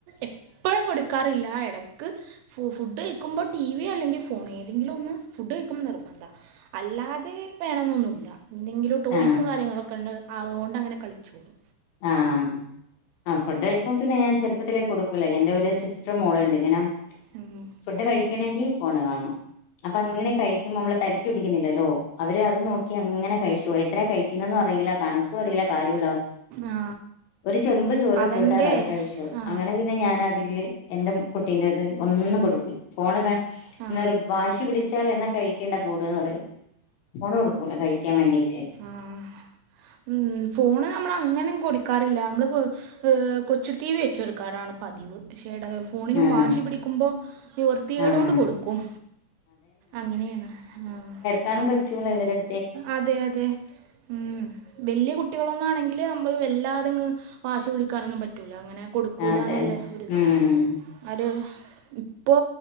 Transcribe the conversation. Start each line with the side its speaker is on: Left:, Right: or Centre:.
Right: എപ്പഴും കൊടുക്കാറില്ല. ആ എടക്ക് ഫു, ഫുഡ് കയിക്കുമ്പോ ടിവിയ അല്ലെങ്കി ഫോണ് ഏതെങ്കിലും ഒന്ന് ഫുഡ് കഴിക്കമ്പ നിർബന്താ. അല്ലാതെ വേണെന്നൊന്നുല്ല. എന്തെങ്കിലും ടോയ്സും
Left: ആ
Right: കാര്യങ്ങളൊക്കെണ്ട് അതുകൊണ്ട്ങ്ങനെ കളിച്ചോളൂ.
Left: ആഹ് ആ ഫുഡ് കഴിക്ക്മ്പ പിന്നെ ഞാൻ ചെറുപ്പത്തിലേകൊടു ക്കൂല എന്റെ ഒരു സിസ്റ്ററ മോളുണ്ട് ഇങ്ങനെ
Right: ഉം.
Left: ഫുഡ് കഴിക്കണെങ്കി ഫോണ് കാണണം. അപ്പൊ അങ്ങനെ കഴിക്കുമ്പോ നമ്മള് തടി പിടിക്കുന്നില്ലല്ലോ അവര് അത് നോക്കി അങ്ങനെ കഴിച്ചു പോ എത്ര കഴിക്കുന്നെന്നും അറിയില്ല കണക്കും അറിയില്ല. കാര്യോ
Right: ആ
Left: ഒരുചെമ്പ് ചോറ്
Right: അവൻ്റെ
Left: എട്ടടുത്താലും അത് കഴിച്ചോളും.
Right: ആ
Left: അങ്ങന പി പിന്നെ ഞാനതില് എന്റെ കുട്ടീന്റത് ഒന്ന് കൊടുക്ക ഫോണ് ക
Right: ആ
Left: നിർ വാശി പിടിച്ചാല് എന്നാ കഴിക്കണ്ട കുട്ന്ന് പറയും. ഫോണ് ടുക്കൂല കഴിക്കാൻ വേണ്ടീട്ട്.
Right: ആഹ് ഉം ഫോണ് നമ്മളങ്ങനെ കൊടുക്കാറില്ല നമ്മള് കൊ ഹ് കൊച്ചു ടി വി വെച്ചെടുക്കാറാണ് പതിവ് പക്ഷേട ഫോണിനും
Left: ആഹ്
Right: വാശി പിടിക്കുമ്പോ നിവർത്തിയെടോണ്ട്
Left: ആഹ്
Right: കൊടുക്കും. അങനെണ് ആഹ്.
Left: കാനും പറ്റൂല ഇവരട്
Right: അതെ, അതെ. ഉം വല്യ കുട്ടികളൊന്നുംആണെങ്കില് നമ്മൾ വല്ലാതെങ്ങ് വാശി പിടിക്കാനൊന്നും പറ്റൂല്ല അങ്ങനെ. കൊടുക്കൂലാന്നുള്ള
Left: അതെ
Right: ഒരിതില്.
Left: ഉം
Right: ആര് ഇപ്പോ